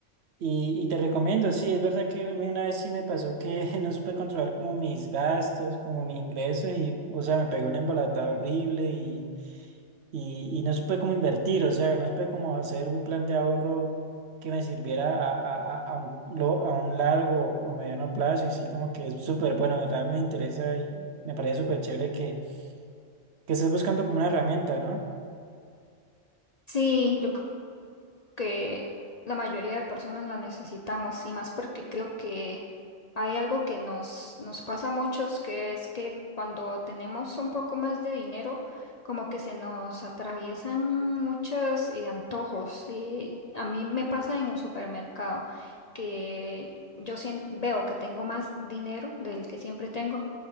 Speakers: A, on the right; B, on the left.
A: Y, y te recomiendo, sí, es verdad que a mí una vez sí me pasó que <laughs> no supe controlar como mis gastos, como mis ingresos y, o sea, me pegó una embolatada horrible y y, y no supe cómo invertir, o sea, no supe cómo hacer un plan de ahorro que me sirviera a, a, a, a un, lo- a un largo o mediano plazo y sí como que es súper bueno, de verdad me interesa y me parece súper chévere que, que estés buscando como una herramienta, ¿no?
B: Sí, yo que la mayoría de personas la necesitamos y más porque creo que hay algo que nos, nos pasa a muchos, que es que cuando tenemos un poco más de dinero, como que se nos atraviesan muchos eh, antojos. Y a mí me pasa en el supermercado que yo sien- veo que tengo más dinero del que siempre tengo.